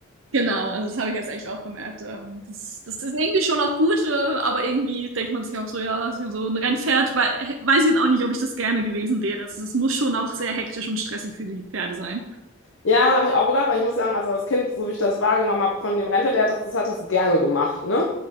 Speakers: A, on the right (about 75°); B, on the left (about 75°).
A: Genau, also das habe ich jetzt echt auch gemerkt. ähm, Das, das ist irgendwie schon auch gut, äh, aber irgendwie denkt man sich auch so, ja, so so ein Rennpferd, wei- weiß ich jetzt auch nicht, ob ich das gerne gewesen wäre. Es es muss schon auch sehr hektisch und stressig für die Pferde sein.
B: Ja, habe ich auch gedacht, weil ich muss sagen, also als Kind, so wie ich das wahrgenommen habe von dem Rentner, der hat das, das hat es gerne gemacht, ne?